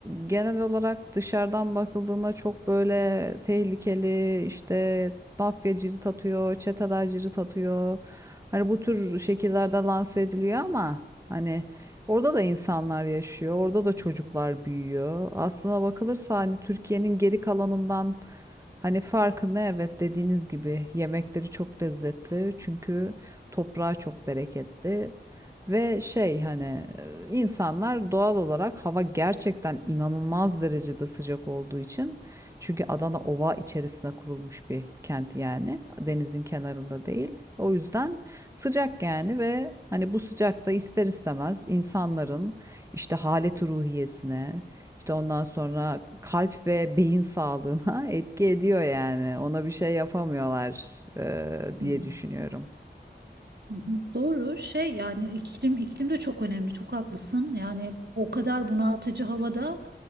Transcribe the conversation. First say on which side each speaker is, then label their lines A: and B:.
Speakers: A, on the right; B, on the right.
A: genel olarak dışarıdan bakıldığında çok böyle tehlikeli işte mafya cirit atıyor, çeteler cirit atıyor. Hani bu tür şekillerde lanse ediliyor ama hani orada da insanlar yaşıyor, orada da çocuklar büyüyor. Aslına bakılırsa hani Türkiye'nin geri kalanından hani farkı ne? Evet dediğiniz gibi yemekleri çok lezzetli çünkü toprağı çok bereketli. Ve şey hani e, insanlar doğal olarak hava gerçekten inanılmaz derecede sıcak olduğu için çünkü Adana ova içerisine kurulmuş bir kent yani denizin kenarında değil. O yüzden sıcak yani ve hani bu sıcakta ister istemez insanların işte haleti ruhiyesine işte ondan sonra kalp ve beyin sağlığına <laughs> etki ediyor yani ona bir şey yapamıyorlar e, diye
B: Hı,
A: düşünüyorum.
B: hı, hı. Doğru şey yani iklim iklim de çok önemli çok haklısın yani o kadar bunaltıcı havada